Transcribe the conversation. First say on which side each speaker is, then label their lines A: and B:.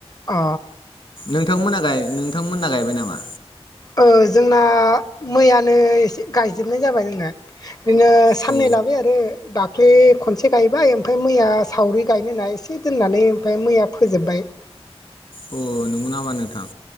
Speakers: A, on the left; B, on the left.
A: अ।
B: नोंथांमोना नोंथांमोनना गायबाय नामा।
A: औ जोंना मैयानो एसे गायजोबनाय जाबाय जोंना। बिदिनो साननै
B: अ
A: लाबाय आरो द। दाख्लोय खनसे गायबाय ओमफ्राय मैया सावरि गायनो ना एसे दोननानै ओमफ्राय मैया फोजोबबाय। अ।
B: अ नंगौ नामा नोंथां।